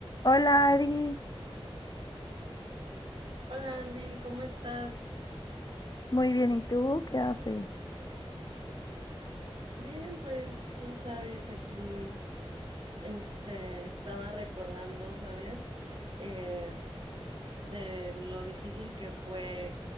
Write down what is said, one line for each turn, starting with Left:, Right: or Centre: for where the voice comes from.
Left: Hola Ari,
Right: Hola Andy, ¿cómo estás?
Left: muy bien, ¿y tú qué haces?
Right: Bien, pues ya sabes, aquí este estaba recordando, ¿sabes? Eh, de lo difícil que fue